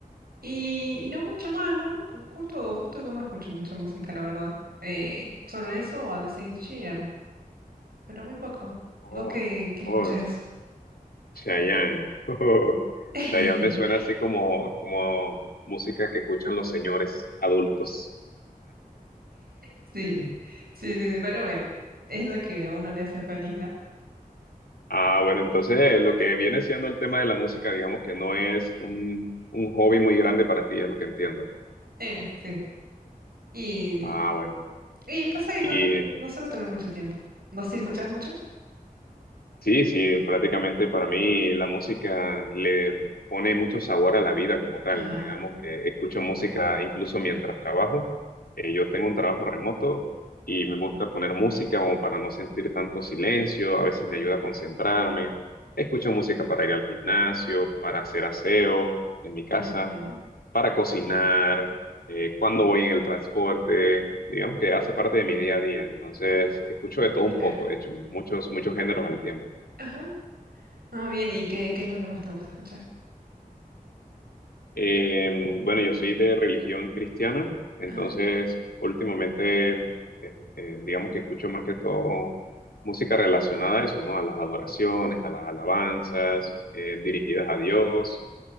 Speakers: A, on the right (about 80°); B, on the left (about 80°).
A: y, y no mucho más, ¿no? Justo, justo yo no escucho mucha música, la verdad. Eh, solo eso o a veces Ed Sheeran pero muy poco.
B: Oh,
A: ¿Vos qué, qué escuchás?
B: oh, Chayanne. <laughs> Oh,
A: <laughs>
B: Chayanne me suena así como, como música que escuchan los señores adultos.
A: Sí,
B: Mm.
A: sí, sí, sí, pero bueno, es lo que a uno le hace feliz, ¿no?
B: Ah, bueno, entonces lo que viene siendo el tema de la música, digamos que no es un, un hobby muy grande para ti, es lo que entiendo.
A: Eh, sí. Y,
B: Ah, bueno.
A: y pasa que
B: Y
A: no, no suelo tener mucho tiempo. ¿Vos sí escuchás mucho?
B: Sí, sí, prácticamente para mí la música le pone mucho sabor a la vida como tal.
A: Ajá.
B: Digamos que escucho música incluso mientras trabajo. Eh, yo tengo un trabajo remoto y me gusta poner música como para no sentir tanto silencio. A veces me ayuda a concentrarme. Escucho música para ir al gimnasio, para hacer aseo en mi casa,
A: Ujú,
B: para cocinar, eh, cuando voy en el transporte. Digamos que hace parte de mi día a día. Entonces, escucho de todo un
A: claro.
B: poco, de hecho, muchos, muchos géneros al tiempo.
A: Ajá. Ah, bien, ¿y qué, qué es lo que más te gusta escuchar?
B: Eh, bueno, yo soy de religión cristiana, entonces
A: Ah,
B: últimamente, eh, eh, digamos que escucho más que todo música relacionada a eso, ¿no? A las adoraciones, a las alabanzas, eh, dirigidas a Dios.